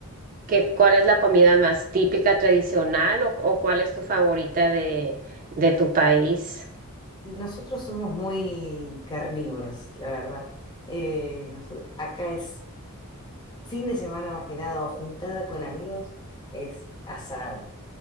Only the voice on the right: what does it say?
que, cuál es la comida más típica, tradicional, o, o cuál es tu favorita de, de tu país.